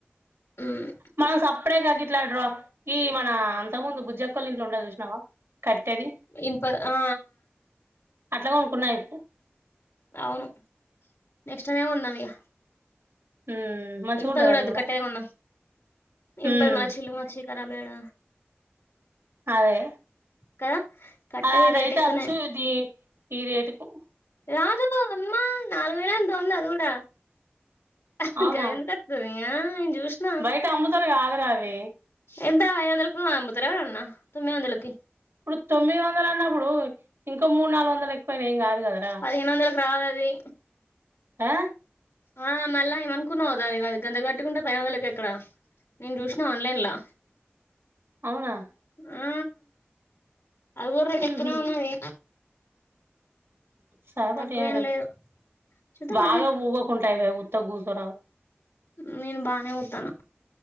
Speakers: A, on the left; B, on the right.
A: మ్
B: మనం సపరేట్గా గిట్ల ఈ మన అంతకుముందు బుజ్జి అక్కోలా ఇంట్లో ఉండ చూసినావా కట్టేది
A: ఇనుప ఆ
B: అట్లా కొనుకున్నాయిపు
A: అవును నెక్స్ట్ టైమ్ ఉందాం ఇగ
B: మ్మ్ మంచిగా
A: ఇన్పది
B: ఉంటది
A: కూడా
B: అది
A: వద్దు కట్టే ది కొందాం
B: మ్మ్
A: ఇన్పది మలచి మలచి కరాబ్ ఎడ
B: అదే
A: కదా కట్టెది
B: ఆది అదయితే
A: రేట్ ఎక్కువనే
B: అచ్చు ఇది ఈ రేటుకు
A: రాజు అమ్మా <unintelligible> నాలుగు వేలలో ఎంతో ఉంది అది కూడా ఆహా
B: అవునా
A: గది ఎందుకు వస్తది ఆ చూసిన
B: బయట అమ్ముతారు కాదురా అవి
A: ఎంద అ అఇదొందలకు అమ్ముతారా ఎవరన్నా తొమ్మిదోందాలకి
B: ఇప్పుడు తొమ్మిది వందలు అన్నప్పుడు ఇంకో మూడు నాలుగు వందలు ఎక్కువైనా ఏం గాదు గదరా
A: పదిహేను వందలకి రాదది
B: ఆ
A: ఆ మళ్ళా ఏమ అనుకున్నావుదాని అది గంత కట్టుకుంటే పది వందలకి ఎక్కడ నేను చూసినా ఆన్లైన్ లో
B: అవునా
A: ఆ అవి గూడా రేటేక్కుతూనే
B: మ్మ్ హ్మ్
A: ఉన్నయి
B: సహపటి
A: తక్కువేం
B: ఏంత
A: లేదు చూద్దాం
B: బాగా
A: అదే
B: ఊవకు ఉంటా ఇవ ఉఊత్తగ గఊసరా
A: నేను బానే ఊతానా